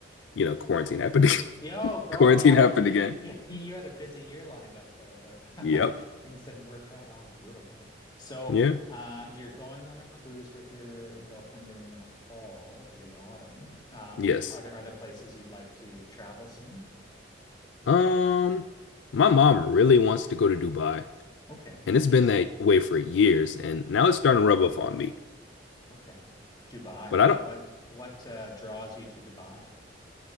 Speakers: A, on the left; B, on the left.
A: you know, quarantine happened
B: Yeah,
A: <laughs>
B: oh God,
A: Quarantine
B: yeah,
A: happened
B: you you
A: again.
B: you you <laughs> you had a busy year lined up there, but
A: Yep.
B: <laughs> things didn't work out. Oh, brutal, hey. So,
A: Yeah.
B: uh, you're going on a cruise with your girlfriend in the fall or the autumn. Um,
A: Yes.
B: are there other places you'd like to travel soon?
A: Um, my mom really wants to go to Dubai,
B: Okay,
A: and it's
B: interesting.
A: been that way for years, and now it's starting to rub off on me.
B: Okay. Dubai,
A: But
B: hey,
A: I don't,
B: what what uh, draws you to Dubai?